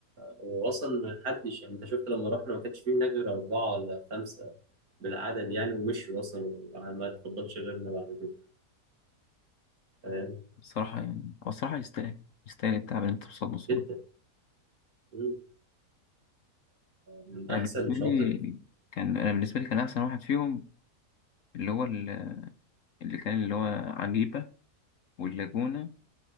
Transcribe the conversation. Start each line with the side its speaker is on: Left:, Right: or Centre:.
Right: واصلا ما حدش يعني انت شفت لما رحنا ما كانش فيه هناك غير اربعه ولا خمسه بالعدد يعني ومشوا اصلا وما تفضلش غيرنا بعد كده فاهم
Left: الصراحة يعني هو الصراحة يستاهل يستاهل التعب اللي انت بتوصله
Right: جدا مم. من
Left: انا
Right: احسن
Left: بالنسبه
Right: شاطئ
Left: لي كان انا بالنسبه لي كان احسن واحد فيهم اللي هو ال- اللي كان اللي هو عجيبه واللاجونه